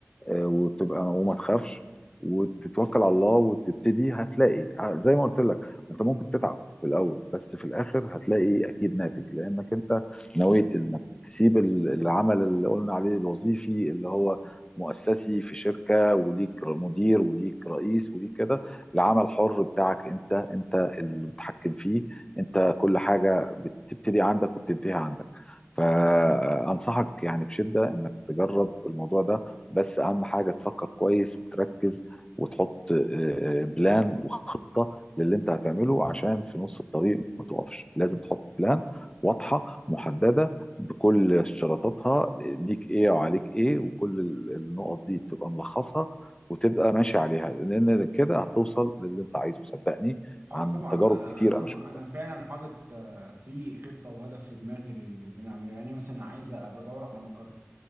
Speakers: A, on the left; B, on the right.
A: آه، وتبقى وما تخافش وتتوكل على الله وتبتدي هتلاقي ه- زي ما قلت لك انت ممكن تتعب في الاول بس في الاخر هتلاقي اكيد ناتج لانك انت نويت انك تسيب ال- العمل اللي قلنا عليه الوظيفي اللي هو مؤسسي في شركة وليك مدير وليك رئيس وليك كده العمل حر بتاعك انت انت المتحكم فيه انت كل حاجة بتبتدي عندك وبتنتهي عندك فانصحك يعني بشده انك تجرب الموضوع ده بس اهم حاجه تفكر كويس وتركز وتحط آه، بلان وخطه للي انت هتعمله عشان في نص الطريق ما تقفش لازم تحط بلان واضحه محدده بكل اشتراطاتها ليك ايه وعليك ايه وكل ال- النقط دي تبقى ملخصها وتبقى ماشي عليها لان كده هتوصل للي انت عايزه صدقني
B: اه
A: عن
B: طبعا
A: تجارب
B: انا
A: كتير
B: انا
A: انا شفتها
B: انا فعلا حاطط آه، في خطه وهدف في دماغي لل- اللي انا اعمله يعني انا مثلا عايز ابقى ادور على مقر